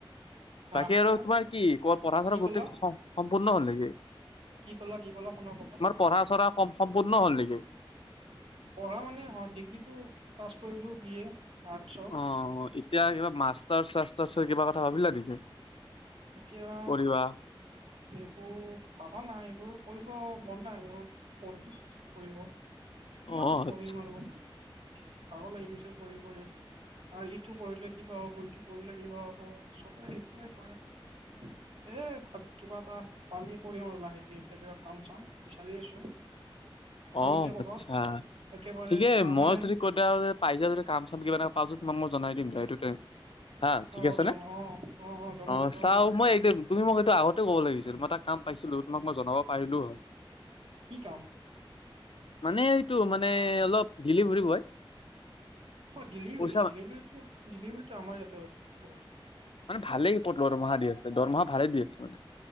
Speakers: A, on the right (about 85°); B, on the left (about 75°).
A: হা
B: বাকী আৰু
A: হা
B: তোমাৰ কি ক পঢ়া-চৰা
A: কি ক'লা
B: গোটেই সম্পূৰ্ণ হ'ল নেকি?
A: কি ক'লা? কি ক'লা শুনা পোৱা নাই। ক'লা
B: পঢ়া-চঢ়া কম সম্পূৰ্ণ হ'ল নেকি?
A: পঢ়া মানে, অ' ডিগ্ৰীটো পাছ কৰিলো, বি এ। আৰ্টছৰ
B: অ'। এতিয়া কিবা মাষ্টাৰচ-চাষ্টাৰচৰ কিবা কথা ভাবিলা নেকি?
A: এতিয়া,
B: কৰিবা
A: এইবোৰ ভাবা নাই। এইবোৰ কৰি। পঢ়িব মন নাই আৰু। পঢ়-পঢ়িব, কিমান
B: অ
A: পঢ়িম
B: আচ্ছা
A: আৰু! ভাগৰ লাগি গৈছে, পঢ়ি পঢ়ি। আৰু ইটো পঢ়িলে কিবা হ'ব, ইটো পঢ়িলে কিবা হ'ব। চবে সেইটোৱে কয়। এ কিবা এটা পালি কৰিম আৰু লাহেকে। এতিয়া কিবা কাম-চাম বিচাৰি আছো। ভালকে
B: অ'
A: ক'বাত
B: আচ্ছা
A: একেবাৰে
B: ঠিকে,
A: পাৰমানেণ্ট
B: মই যদি <unintelligible> পাই যাওঁ যদি কাম-চাম কিবা <unintelligible> তোমাক মই জনাই দিম দিয়া এইটো। হা ঠিক
A: অ
B: আছেনে?
A: জনা অ জনাব
B: অ'
A: জনাব
B: চাওঁ, মই একদম তুমি মোক এইটো আগতে ক'ব লাগিছিল, মই এটা কাম পাইছিলো। তোমাক মই জনাব পাৰিলো হয়।
A: কি কাম?
B: মানে এইটো মানে অলপ ডেলিভিৰি বয়।
A: অ' ডেলিভিৰি,
B: পইচা
A: ডেলিভিৰিটো আমাৰ ইয়াতো আছে।
B: মানে ভালেই পদ, দৰমহা দি আছে। দৰমহা ভালে দি আছে মানে।